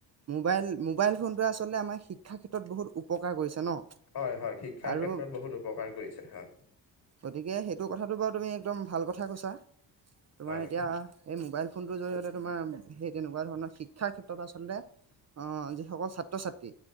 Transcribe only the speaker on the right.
মোবাইল মোবাইল ফোনটোৱে আচলতে আমাৰ শিক্ষা ক্ষেত্ৰত বহুত উপকাৰ কৰিছে ন।
আৰু
গতিকে সেইটো কথাটো বাৰু তুমি একদম ভাল কথা কৈছা তোমাৰ
এতিয়া এই মোবাইল ফোনটোৰ জৰিয়তে তোমাৰ সেই তেনেকুৱা ধৰণৰ শিক্ষাৰ ক্ষেত্ৰত আচলতে আহ যিসকল ছাত্ৰ -ছাত্ৰী